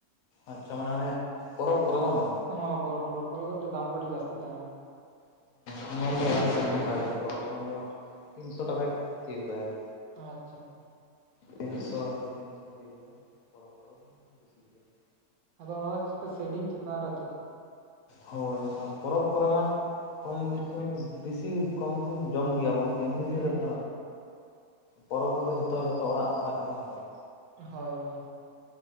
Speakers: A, on the left; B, on the right.
A: ᱟᱪᱪᱷᱟ ᱢᱟᱱᱮ ᱦᱟᱱᱮ ᱯᱚᱨᱚᱵᱽ ᱠᱚᱨᱮ ᱵᱟᱝᱟ?
B: ᱦᱚ ᱯᱚᱨᱚᱵᱽ ᱛᱚᱨᱚᱵ ᱠᱚᱨᱮ ᱠᱟᱹᱴᱤᱡ ᱫᱟᱢ ᱠᱚ ᱟᱹᱰᱤ ᱡᱟᱹᱥᱛᱤ ᱛᱟᱦᱮᱱᱟ ᱾
A: ᱦᱮᱸ ᱚᱱᱟ ᱫᱚ ᱟᱞᱮ ᱥᱮᱫ ᱚᱝᱠᱟᱜᱮ ᱾ᱯᱚᱨᱚᱵᱽ ᱥᱚᱢᱚᱭ ᱫᱚ ᱛᱤᱱᱥᱚ ᱴᱟᱠᱟᱭ ᱛᱤᱭᱚᱜᱟᱭ ᱾
B: ᱟᱪᱪᱷᱟ ᱾
A: ᱛᱤᱱᱥᱚ ᱛᱤᱱᱥᱚ ᱛᱤᱭᱳᱜᱟ ᱯᱚᱨᱚᱵᱽ ᱠᱚᱨᱮ ᱫᱚ ᱵᱮᱥᱤᱜ ᱜᱮᱭᱟ ᱾
B: ᱟᱫᱚ ᱚᱱᱟ ᱫᱚ ᱪᱤᱠᱟ ᱥᱮᱞᱤᱝ ᱪᱮᱛᱟᱱ ᱨᱮ ᱟᱫᱚ ᱪᱮᱜ ᱾
A: ᱦᱳᱭ, ᱟᱨ ᱯᱚᱨᱚᱵᱽ ᱠᱚᱨᱮ ᱢᱟ ᱠᱚᱢ ᱵᱮᱥᱤ ᱢᱟᱱᱮ ᱵᱤᱥᱤ ᱠᱚᱢ ᱵᱮᱥᱤ ᱡᱚᱢ ᱜᱮᱭᱟᱵᱚᱱ ᱾ ᱮᱢᱱᱤ ᱫᱤᱱ
B: ᱦᱩᱸ
A: ᱨᱮ
B: ᱦᱩᱸ
A: ᱟᱨ ᱯᱚᱨᱚᱵᱽ ᱨᱮᱫᱚ ᱡᱚᱛᱚ ᱡᱚᱛᱚ ᱚᱲᱟᱜ ᱚᱲᱟᱜ ᱜᱮᱵᱚᱱ ᱦᱟᱛᱟᱣᱟ
B: ᱦᱳᱭ